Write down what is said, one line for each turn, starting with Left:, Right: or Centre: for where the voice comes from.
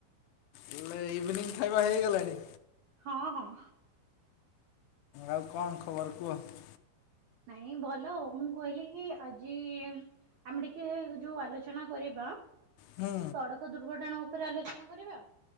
Left: ହେଲେ ଇଭିନିଙ୍ଗ ଖାଇବା ହେଇଗଲାଣି?
Right: ହଁ ହଁ।
Left: ଆଉ କଣ ଖବର କୁହ?
Right: ନାଇଁ ଭଲ ମୁଁ କହିଲି କି ଆଜି। ଆମେ ଟିକେ ଯୋଉ ଆଲୋଚନା କରିବା।
Left: ହୁଁ
Right: ସଡକ ଦୁର୍ଘଟଣା ଉପରେ ଆଲୋଚନା କରିବା।